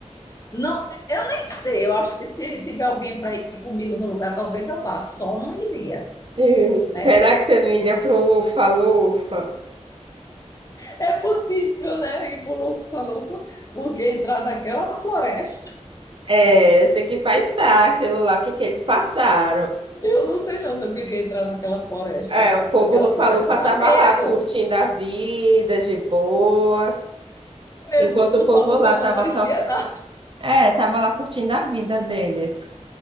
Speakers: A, on the left; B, on the right.
A: Não, eu nem sei. Eu acho que se tiver alguém para ir comigo no lugar, talvez eu vá. Só não iria,
B: <laughs> Hum,
A: né?
B: Será que você não iria
A: <laughs>
B: para um lufa-lufa?
A: É possível, né? Ir por louco porque entrar naquela floresta.
B: É, tem que pensar aquilo lá, o que que eles passaram.
A: Eu não sei não se eu queria entrar naquela floresta.
B: É, o povo
A: Aquela
B: lufa-lufa
A: floresta dá
B: tava
A: medo
B: lá curtindo a vida de boas,
A: mesmo,
B: enquanto
A: Lufa-Lufa
B: o povo lá
A: não
B: tava
A: aparecia
B: só,
A: nada.
B: é, tava lá curtindo a vida deles.